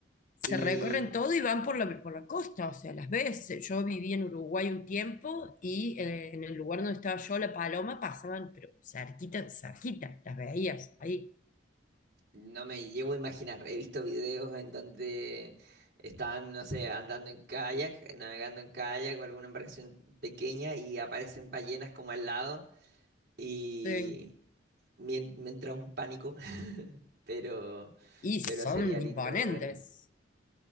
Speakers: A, on the left; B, on the right.
A: se
B: Y
A: recorren todo y van por la, por la costa, o sea, las ves. Yo viví en Uruguay un tiempo y eh, en el lugar donde estaba yo, la paloma, pasaban, pero cerquita, cerquita, las veías ahí.
B: no me llevo a imaginar, he visto videos en donde están, no sé, andando en kayak, navegando en kayak o alguna embarcación pequeña y aparecen ballenas como al lado y
A: Sí.
B: me, en- me entra un pánico, <laughs> pero
A: Y son
B: pero sería lindo
A: imponentes,
B: verlas.